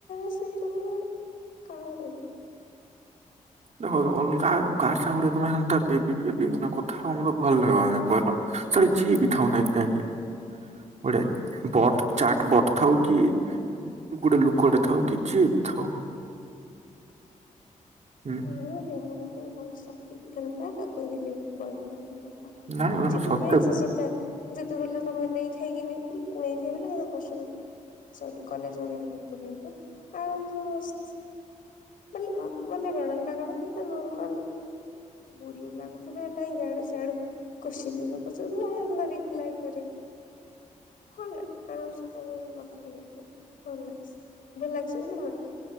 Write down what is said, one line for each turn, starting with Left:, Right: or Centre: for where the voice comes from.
Left: ସେ କରଣ କଣ କହି
Right: ଦେଖ ଅଲଗା କାହାର ସାଙ୍ଗ ତମେ ସେ ବେବି ବେବି ମାନେ କଥା ହବ ମତେ ଭଲ ଲାଗିବ <unintelligible> ସେଇ ଯିଏ ବି ଥାଉ ନହିଁ କାହିଁକି ଗୋଟେ ବଟ ଚାଟ ବଟ ଥାଉ କି ଗୁଟେ ଲୋକଟେ ଥାଉ କି ଯିଏ ବି ଥାଉ। ହୁଁ
Left: ମୁଁ ବି ମୁଁ <unintelligible> ବୋହୁତ <unintelligible> <unintelligible>
Right: ନାଇଁ
Left: କିଛି
Right: ମାନେ ସତ
Left: ନାଇଁ <unintelligible> ଯେତେବେଳେ ତମେ ନେଇଥାଇକିନି ନେଇ <unintelligible> <unintelligible> କଲେଜ ବାଗେରା <unintelligible> ଯେ ଆରାମସେ ମସ୍ତ <unintelligible> ବଲେ କାଣା ସେଟା କଣ ସେ ନର୍ମାଲ ବୋରିଙ୍ଗ ଲାଗୁଥିଲା ସେଟା ଇଆଡୁ ସିଆଡୁ <unintelligible> କୋତ୍ସିନ <unintelligible> ରିପ୍ଲାଏ ଦୋଉଚି। ଭଲ <unintelligible> ଆରାମସେ <unintelligible> କଥା ହେଇଯାଇଥିବ ଭଲ ଲାଗସି। ଭଲ ଲାଗ <unintelligible>